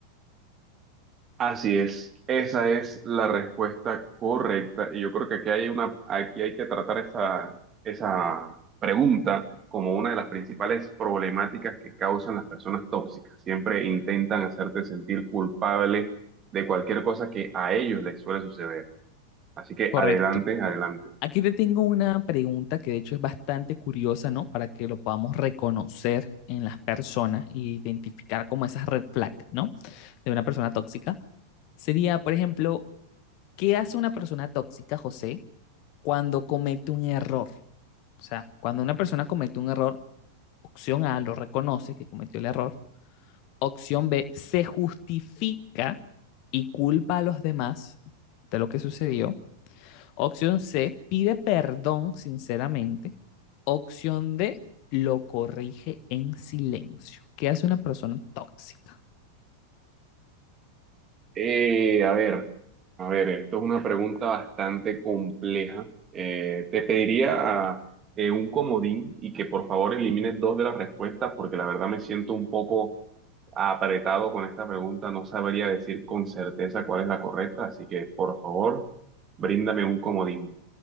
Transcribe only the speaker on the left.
Correcto.
Aquí te tengo una pregunta que de hecho es bastante curiosa, ¿no? Para que lo podamos reconocer en las personas e identificar como esas red flags, ¿no? De una persona tóxica. Sería, por ejemplo, ¿qué hace una persona tóxica, José, cuando comete un error? O sea, cuando una persona comete un error, opción A, lo reconoce que cometió el error. Opción B, se justifica y culpa a los demás de lo que sucedió. Opción C, pide perdón sinceramente. Opción D, lo corrige en silencio. ¿Qué hace una persona tóxica?